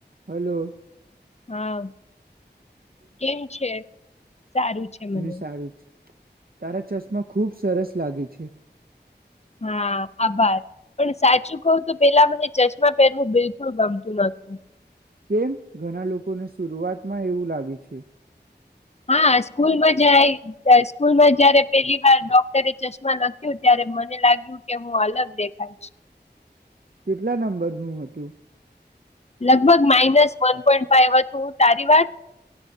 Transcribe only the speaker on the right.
Hello.
સારું જ તારા ચશ્માં ખૂબ સરસ લાગે છે.
કેમ, ઘણા લોકોને શરૂઆતમાં એવું લાગે છે.
કેટલા નંબરનું હતું?